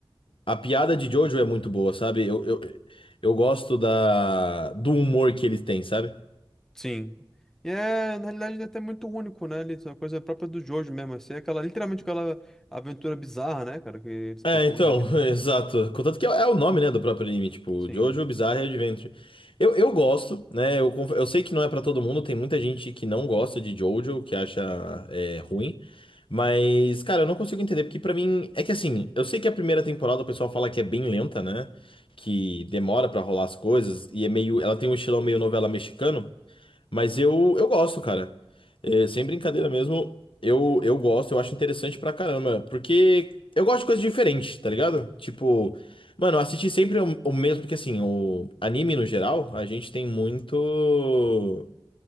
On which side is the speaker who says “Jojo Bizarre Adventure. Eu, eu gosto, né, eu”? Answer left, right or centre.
Left